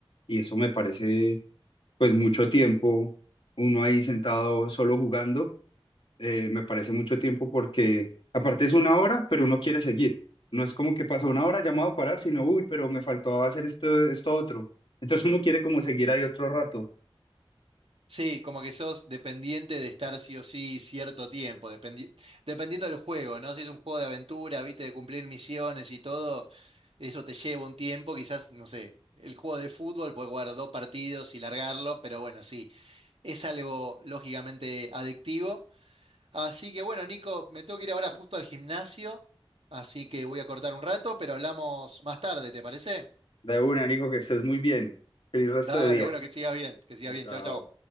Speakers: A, on the left; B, on the right.
A: Y eso me parece, pues mucho tiempo, uno ahí sentado solo jugando, eh, me parece mucho tiempo porque aparte es una hora, pero uno quiere seguir. No es como que pasa una hora, ya me voy a parar, sino, uy, pero me faltaba hacer esto, esto otro. Entonces uno quiere como seguir ahí otro rato.
B: Sí, como que sos dependiente de estar sí o sí cierto tiempo, dependi- dependiendo del juego, ¿no? Si es un juego de aventura, viste, de cumplir misiones y todo, eso te lleva un tiempo, quizás, no sé, el juego de fútbol puedes jugar dos partidos y largarlo, pero bueno, sí, es algo lógicamente adictivo. Así que bueno, Nico, me tengo que ir ahora justo al gimnasio, así que voy a cortar un rato, pero hablamos más tarde, ¿te parece?
A: De una, Nico, que estés muy bien. Feliz resto
B: Dale,
A: de día.
B: bueno, que sigas bien, que sigas bien,
A: Chao.
B: chau, chau.